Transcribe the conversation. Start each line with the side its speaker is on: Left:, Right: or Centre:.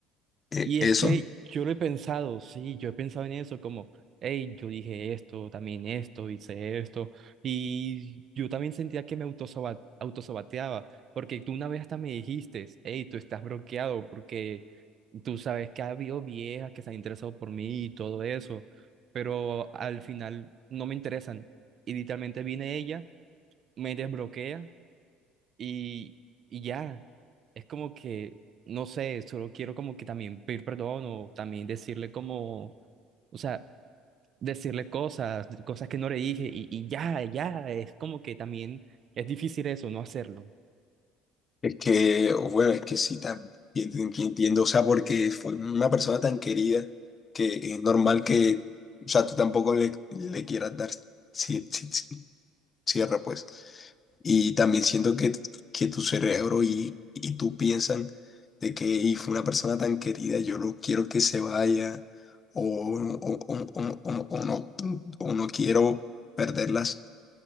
Left: e-
Right: Y
Left: eso.
Right: es que yo lo he pensado, sí, yo he pensado en eso, como, hey, yo dije esto, también esto, hice esto, y yo también sentía que me autosoba- autosaboteaba, porque tú una vez hasta me dijiste, hey, tú estás bloqueado, porque tú sabes que ha habido viejas que se han interesado por mí y todo eso, pero al final no me interesan, y literalmente viene ella, me desbloquea y, y ya, es como que, no sé, solo quiero como que también pedir perdón o también decirle como, o sea, decirle cosas, cosas que no le dije y, y ya, ya, es como que también es difícil eso, no hacerlo.
Left: Es que, bueno, es que sí, también entiendo, o sea, porque fue una persona tan querida que es normal que, o sea, tú tampoco le, le quieras dar ci- ci- ci- cierre, pues. Y también siento que, que tu cerebro y, y tú piensan de que y fue una persona tan querida, yo no quiero que se vaya o, o, o, o, o- o no, o no quiero perderlas